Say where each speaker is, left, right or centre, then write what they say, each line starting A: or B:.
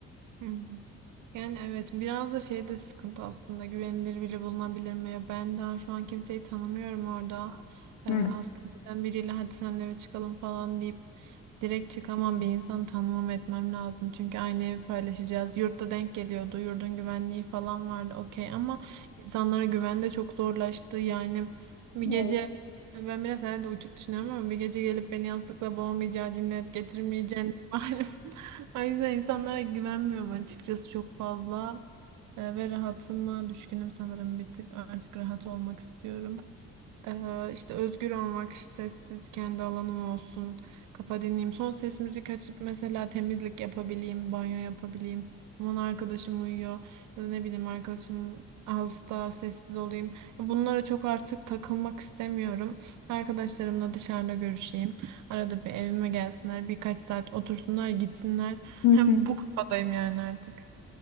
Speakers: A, on the right; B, on the left.
A: hı hı. Yani evet biraz da şey de sıkıntı aslında güvenilir biri bulunabilir mi? Ya ben daha şu an kimseyi tanımıyorum orada. Ee,
B: Hı.
A: hastaneden biriyle hadi senle eve çıkalım falan deyip direkt çıkamam bir insanı tanımam etmem lazım. Çünkü aynı evi paylaşacağız. Yurtta denk geliyordu. Yurdun güvenliği falan vardı okey ama insanlara güven de çok zorlaştı. Yani bir
B: Evet.
A: gece ben biraz herhalde uçuk düşünüyorum ama bir gece gelip beni yastıkla boğmayacağı cinnet getirmeyeceğini <laughs> malum. O yüzden insanlara güvenmiyorum açıkçası çok fazla. Ee, ve rahatıma düşkünüm sanırım bir tık. Artık rahat olmak istiyorum. Ee, işte özgür olmak, işte sessiz kendi alanım olsun, kafa dinleyeyim. Son ses müzik açıp mesela temizlik yapabileyim, banyo yapabileyim. Aman arkadaşım uyuyor ya da ne bileyim arkadaşım hasta, sessiz olayım. Bunlara çok artık takılmak istemiyorum. Arkadaşlarımla dışarıda görüşeyim. Arada bir evime gelsinler, birkaç saat otursunlar, gitsinler.
B: <laughs>
A: Hem bu kafadayım yani artık.